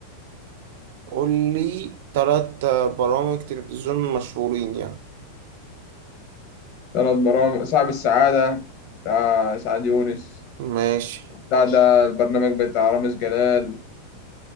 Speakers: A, on the right; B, on the left.
A: قول لي تلات برامج تلفزيون مشهورين يعني
B: ثلاث برامج صاحب السعادة بتاع سعد يونس
A: ماشي
B: بتاع ده البرنامج بتاع رامز جلال